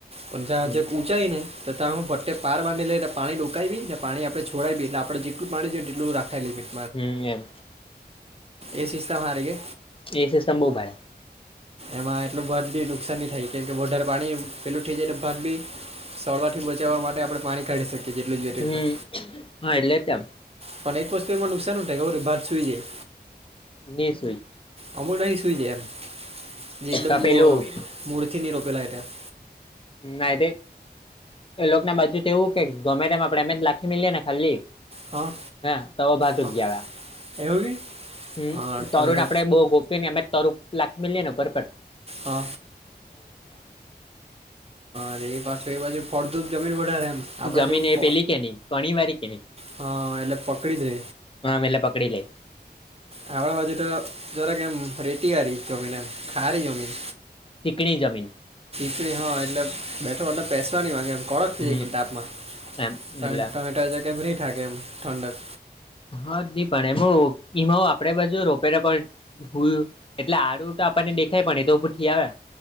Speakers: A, on the right (about 35°); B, on the left (about 30°).
A: પણજાજ
B: હમ
A: ને તથા હું ફટ્ટ પાર બાંધી લઈને પાણી રોકાવી ને પાણી આપણે છોડાવી એટલે આપણે જેટલું પાણી જોઈએને એટલું રાખીેવી
B: હમ એમ
A: એ સિસ્તા અરી કે
B: એ સિસ્ટમ બહુ ભાડે
A: એમાં એટલું ભત બી નુકસાન ન થાય કેમ કેારે પાણી પેલું થઈ જાયટ ભત બી સળવારથી બચાવવા માટે આપણે પાણી કાઢી શકીએ જેટલું જોઈએ તેટલુ
B: હમ હા એટલે તેમ
A: પણ એક વસ્તુ એમાં નુકસાનન થાય કે ભારત સુુઈ જાય.
B: ને સોઈ
A: અમુક દહી સુઈ છેાય એમ જે એકદમ
B: એ તો પેલું
A: મૂળથી નહી રોપેલા ત્યા
B: ના એ લોક ના બાજુ તો એવું કે ગમે તેમ આપડે અમે જ લાખી મીએ ને ખાલી
A: હા
B: હા તો ભાત
A: હા
B: જ ગયા
A: એવું કે
B: હમ
A: હા
B: તરુ
A: તમે
B: ને
A: તો
B: આપડે બહુ ગોપીને અમે તરું લખી મેએ ને ઉપરપર
A: હા હરે એ પાછું એ બાજુ ફળદું જમીન વધઢાારે એમ આપણા
B: જમીન
A: જેવું
B: એ
A: પ
B: પેલી કે ન ઘણી વાળી કે ન
A: હા એટલે પકડી દે
B: આમલા પકડી લે
A: આપણા બાજુ તો જરા કે એમ રેટીયારી જમીન એમ ખારી જમીન
B: ચીિકણી જમીન
A: ચણી હા એટલે બેઠો અને પેસવા નહી, વાગે એમ કડક
B: હમ
A: થીજ કે તાપમામાંમે
B: એમ એટલે
A: ટમેટો જગ્યા ફ્ર થા એમ ઠંડત
B: હા નહી પણ એમ એમાં આપડે બધુ રોપેલા પણ હુંય એટલે આડું તો આપણને દેખાય પણ એ તો ભું થી આવે